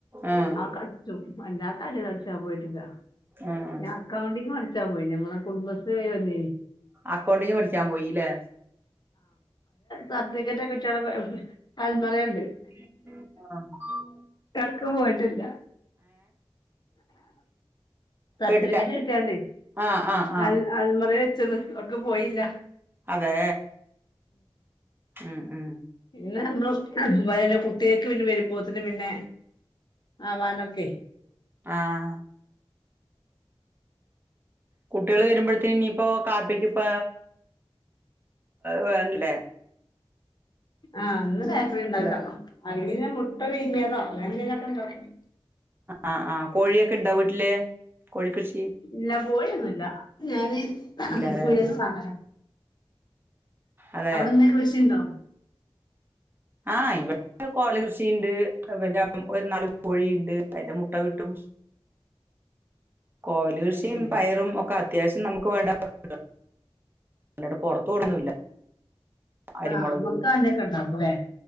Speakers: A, on the right (about 20°); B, on the left (about 45°).
A: ആഹ്
B: ആ കളിച്ചും അഞ്ഞാത്തല് കളിച്ചാ പോയിട്ടതാ
A: ആഹ്
B: ഞാൻ അക്കൗണ്ടിങ്ങ് പടിച്ചാൻ പോയി ഞമ്മളെ കുടുംബശ്രീ ക വന്നീന്
A: അക്കൗണ്ടിന്ന് പഠിച്ചാൻ പോയില്ലേ
B: സർട്ടിഫിക്കേറ്റ് കുട്ടികള അൽമറയണ്ട്
A: ഉ ആഹ്
B: എട്ക്കും പോയിട്ടില്ല സർട്ടിഫിക്കേറ്റ്
A: കേട്ടില്ല
B: കിട്ടിയാണ്ട്
A: ആഹ് ആഹ് ആഹ്
B: അ അൽമറ വെ അവർക്ക് പോയില്ല
A: അതെ ഉം ഉം
B: പിന്ന നമ്മളൊക്കെ കുട്ടികൾക്ക് പിന്നെ വരുമ്പോത്തേന് പിന്നെ ആവാനൊക്കെ
A: ആഹ് കുട്ടികൾ വരുമ്പോഴ്ത്തേന് ഇനിയിപ്പോ കാപ്പിക്ക് ഇപ്പ വന്നില്ലേ
B: ആഹ് അന്ന് ബേക്കറി ഇണ്ടാക്കാം
A: ഹലോ
B: അല്ലകിൽ ഞാൻ മുട്ട പുഴുങ്ങിയതോ അങ്ങനെന്തെങ്കിലൊക്കെ ഇണ്ടാക്കും
A: ആ ആ് കോഴിയൊക്കെ ഇണ്ടാവോ വീട്ടില് കോഴിക്കൃഷി
B: ഇല്ല പോയൊന്നുല്ല ഞാന്
A: ഇല്ലാല്ലേ
B: പുരുന്ന സാധന
A: അതെ
B: അവിടെന്നാ കൃഷിയുണ്ടോ
A: ആഹ് ഇവ കോല കൃഷിയണ്ട് പിന്നെ ഒരു നാല് കോഴിയുണ്ട് അതിന്റെ മുട്ട കിട്ടും കോവല് കൃഷിയും
B: അത് ശരി
A: പയറും ഒക്കെ അത്യാവശ്യം നമുക്ക് വേണ്ട കിട്ടും അല്ലാഠ പൊറത്ത് തോടുന്നുല്ല അരിമുളക്
B: ആ മക്ക അതിനൊക്കെ ഉണ്ടാക്കൂല്ലേ